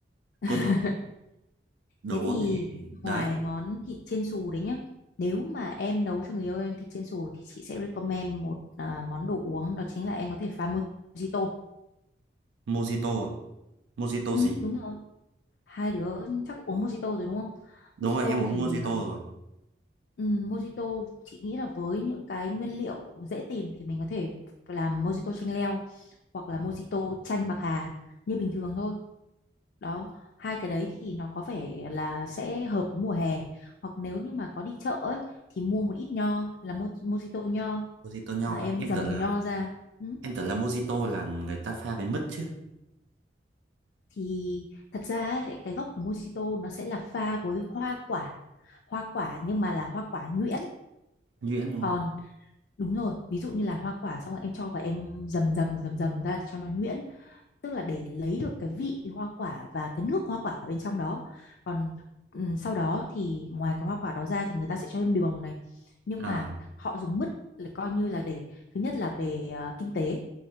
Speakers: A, on the left; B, on the right.
A: <laughs>
B: cốt lõi đồ
A: Thế thì
B: uống thì đấy,
A: ngoài món thịt chiên xù đấy nhá, nếu mà em nấu cho người yêu em thịt chiên xù thì chị sẽ recommend một à, món đồ uống đó chính là em có thể pha mojito.
B: mojito, à? mojito
A: Ừ,
B: gì?
A: đúng rồi. Hai đứa chắc uống mojito rồi đúng không?
B: Đúng
A: Mojito
B: rồi, em uống
A: thì
B: mojito
A: à,
B: rồi,
A: ừ, mojito chị nghĩ là với những cái nguyên liệu dễ tìm thì mình có thể làm mojito chanh leo. hoặc là mojito chanh bạc hà như bình thường thôi đó hai cái đấy thì nó có vẻ là sẽ hợp với mùa hè hoặc nếu như mà có đi chợ ấy thì mua một ít nho là mo mojito nho
B: mojito nho
A: mà em
B: à? Em
A: dầm
B: tưởng là
A: nho ra ừ.
B: em tưởng là mojito là người ta pha với mứt chứ,
A: thì thật ra ấy, cái gốc của mojito nó sẽ là pha với hoa quả hoa quả nhưng mà là hoa quả nhuyễn
B: nhuyễn đúng
A: còn
B: không?
A: đúng rồi ví dụ như là hoa quả xong rồi em cho và em dầm dầm dầm dầm ra để cho nó nhuyễn tức là để lấy được cái vị hoa quả và cái nước hoa quả bên trong đó còn ừm, sau đó thì ngoài cái hoa quả đó ra thì người ta sẽ cho thêm đường này nhưng
B: À,
A: mà họ dùng mứt là coi như là để thứ nhất là về ờ, kinh tế